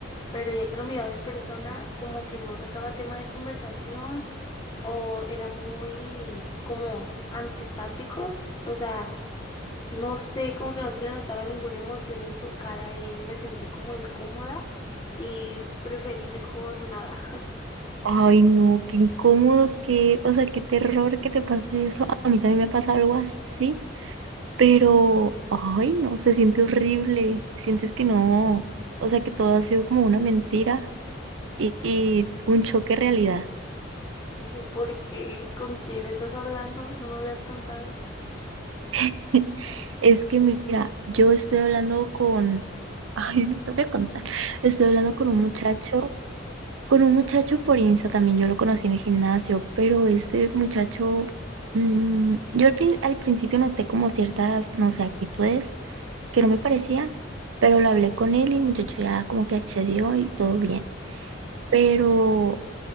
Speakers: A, on the left; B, on the right.
A: pero ya que lo miraba en persona, como que no sacaba tema de conversación o era muy como antipático, o sea, no sé, como que no se le notaba ninguna emoción en su cara y me sentí como incómoda y preferí mejor nada.
B: Ay, no, qué incómodo, qué, o sea, qué terror que te pase eso. A mí también me pasa algo así, pero, ay, no, se siente horrible. Sientes que no, o sea, que todo ha sido como una mentira y, y un choque de realidad.
A: <laughs> ¿Por qué? ¿Con quién estás hablando? No me habías contado.
B: <laughs> Es que mira, yo estoy hablando con, <laughs> ay, no te voy a contar, estoy hablando con un muchacho, con un muchacho por Insta también, yo lo conocí en el gimnasio, pero este muchacho, mm, yo al, prin- al principio noté como ciertas, no sé, actitudes que no me parecían, pero lo hablé con él y el muchacho ya como que accedió y todo bien, pero